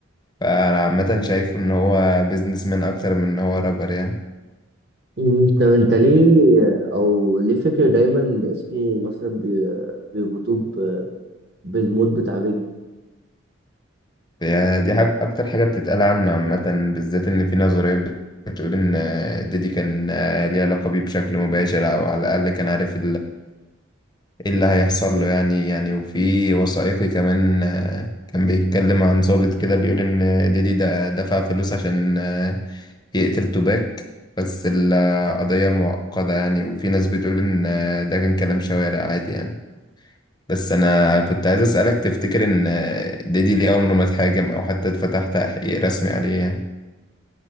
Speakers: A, on the left; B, on the right.
A: فأنا عامة شايفه إن هو بيزنس مان أكتر من إن هو رابر يعني
B: مم، طب انت ليه او ليه فاكر دايما اسمه مثلا بي- بيربطوه ب- بالموت بتاع بيجي
A: هي دي حاجة أكتر حاجة بتتقال عنه عامة بالذات إن في نظريات بتقول إن ديدي كان آه، ليه علاقة بيه بشكل مباشر أو على الأقل كان عارف ايه اللي هيحصل له يعني يعني وفي وثائقي كمان آه، كان بيتكلم عن ضابط كده بيقول ان ديدي ده دفع فلوس عشان آه، يقتل توباك بس القضية معقدة يعني وفي ناس بتقول ان آه، ده كان كلام شوارع عادي يعني بس انا كنت عايز اسألك تفتكر ان آه، ديدي ليه عمره ما اتحاكم او حتى اتفتح تحقيق رسمي عليه يعني